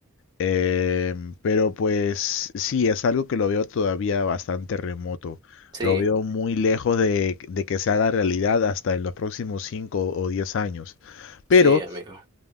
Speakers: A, on the left (about 60°); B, on the right (about 20°).
A: Eh, pero pues sí, es algo que lo veo todavía bastante remoto.
B: Sí,
A: Lo veo muy lejos de, de que se haga realidad hasta en los próximos 5 o 10 años. Pero
B: sí, amigo.